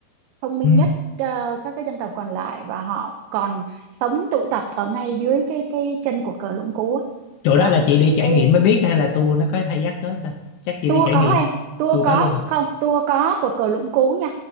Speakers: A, on the right; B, on the left.
A: thông minh
B: ừ.
A: nhất ờ, các cái dân tộc còn lại và họ còn sống tụ tập ở ngay dưới cái cái chân cột cờ Lũng Cú á.
B: chỗ
A: đó
B: đó là chị đi trải
A: cái
B: nghiệm mới biết hay là tour nó có hay dắt tới không ta chắc chị
A: tour
B: đi trải
A: có
B: nghiệm
A: em tour
B: tour
A: có
B: cả luôn à,
A: không Tour có cột cờ Lũng Cú nha